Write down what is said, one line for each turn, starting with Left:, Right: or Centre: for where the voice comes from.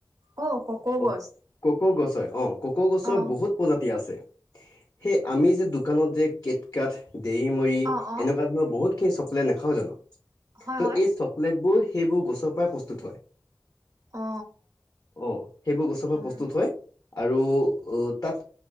Right: অ অ ককৌ
Left: অ
Right: গছ
Left: ক'ক গছ হয় অ ক'ক গছৰ
Right: অ
Left: বহুত প্ৰজাতি আছে। সেই আমি যে দোকানত যে কেটকাঠ দেৰি মৰি
Right: অ অ
Left: এনেকুৱা ধৰণৰ বহুত সেই চকলেট নেখাও জানো
Right: হয়
Left: ত'
Right: হয়
Left: এই চকলেট বোৰ সেইবোৰ গছৰ পৰাই প্ৰস্তুত হয়।
Right: অ
Left: অহ সেইবোৰ গছৰ পৰা
Right: উম
Left: প্ৰস্তুত হয়। আৰু তাত